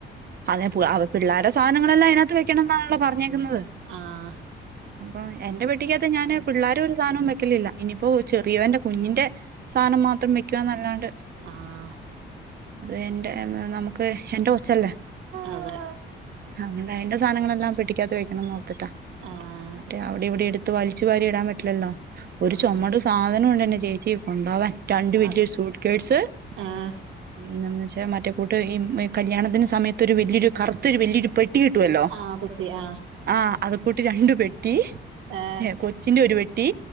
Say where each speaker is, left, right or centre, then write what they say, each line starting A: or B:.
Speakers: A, on the right; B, on the right.
A: അതെ പിള്ളേരെ സാധനങ്ങളെല്ലാം അതിനകത്ത് വെക്കണം എന്നാണല്ലോ പറഞ്ഞേക്ക്ന്നത്
B: ആഹ്
A: ആഹ് എന്റെ പെട്ടിക്കാത്ത് ഞാന് പിള്ളേര ഒരു സാധനവും വെക്കലില്ല ഇനിപോ പ്പോ ചെറിയവന്റെ കുഞ്ഞിന്റെ സാനം മാത്രം വക്യാനല്ലാണ്ട്
B: ആഹ്
A: വേണ്ട നമുക്ക് എന്റെ കൊച്ചല്ലേ
B: അതെ
A: അങ്ങനെ എന്റെ സാധനങ്ങളെല്ലാം പെട്ടി ക്കാത്ത് വെക്കണംന്ന് ഓർത്തിട്ടാ
B: ആഹ്
A: മറ്റേ അവിടെ ഇവിടെ എട് ട്ടു വാലിച്ച് വാരി ഇടാൻ പ ലല്ലോ ഒരു
B: ആഹ്
A: ചൊമട് സാധനംണ്ട്ന്റെ ചേച്ചീമ് കൊണ്ടോവൻ രണ്ട് വല്യൊരു
B: ആഹ്
A: സൂട്ട് കേട്ട്സ്
B: ആഹ്
A: പിന്നെന്താച്ച മറ്റേ കൂട്ട് ഈ കല്യാണത്തിന് സമയത്ത് ഒരു വല്യരു കറുത്ത് ഒരു വല്യൊരു പെട്ടി കിട്ടുവല്ലോ
B: ആഹ് പട്ടി ആഹ്
A: ആഹ് അത് കൂട്ടി രണ്ടു പെ ട്ടീ
B: ഏഹ്
A: കൊച്ചിന്റെ ഒരു പെട്ടി